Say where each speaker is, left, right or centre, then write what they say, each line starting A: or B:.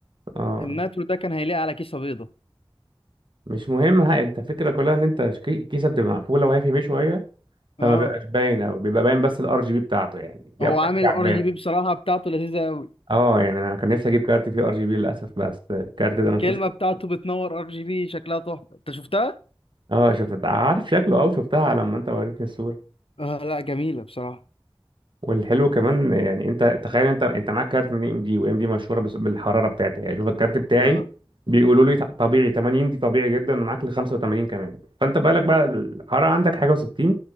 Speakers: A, on the right (about 60°); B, on the left (about 80°).
A: اه
B: النايترو ده كان هيليق على كيسة بيضة
A: مش مهم ها انت الفكرة كلها ان انت ش- كي- الكيسة بتبقى مقفولة وهي في بيه شوية
B: اه
A: فما بيبقاش باين قوي بيبقى باين بس الار جي بي بتاعته يعني دي
B: هو
A: اكتر
B: عامل
A: حاجة
B: ار
A: عجباني
B: جي بي بصراحة بتاعته لذيذة قوي
A: اه يعني انا كان نفسي اجيب كارت فيه ار جي بي للاسف بس الكارت ده
B: الكلمة
A: ما فيهوش
B: بتاعته بتنور ار جي بي شكلها تحفة انت شفتها؟
A: اه شفت عارف شكله او شفتها لما انت وريتني الصورة
B: اه لا جميلة بصراحة
A: والحلو كمان يعني انت تخيل انت انت معاك كارت من اي ام دي وام دي مشهوره بس- بالحراره بتاعتها يعني شوف الكارت بتاعي
B: اه
A: بيقولوا لي طبيعي 80 دي طبيعي جدا ومعاك ل 85 كمان فانت بالك بقى الحراره عندك حاجه و60